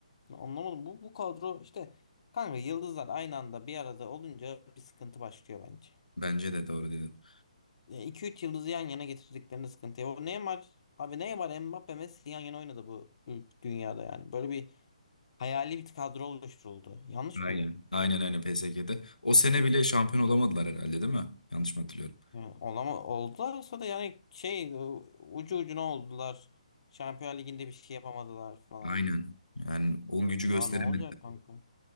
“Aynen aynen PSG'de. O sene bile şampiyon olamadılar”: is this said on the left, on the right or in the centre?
Left